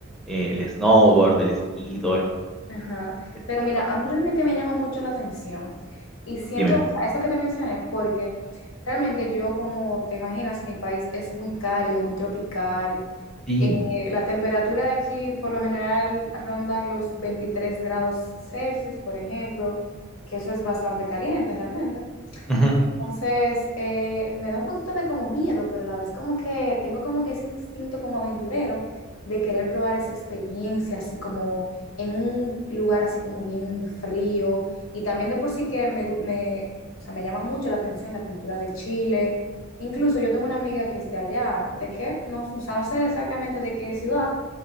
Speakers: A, in the centre; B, on the left (about 85°).
A: eh, el snowboard, el esquí, todo esto
B: Ajá.
A: esto
B: Pero
A: de
B: mira,
A: parte.
B: a mí realmente me llama mucho la atención. Y siento,
A: Dime.
B: o sea, eso que te mencioné, porque realmente yo, como te imaginas, mi país es muy cálido, muy tropical.
A: Sí.
B: Eh, la temperatura de aquí por lo general rondan los 23 grados Celsius, por ejemplo, que eso es bastante caliente realmente.
A: Ujú.
B: Entonces, eh, me da un poquito de como miedo, pero a la vez como que tengo como que ese instinto como aventurero de querer probar esa experiencia, así como en un lugar así como bien frío. Y también de por sí que me, gu- me, o sea, me llama mucho la atención la cultura de Chile. Incluso yo tengo una amiga que es de allá, de que, no, o sea, no sé exactamente de qué ciudad,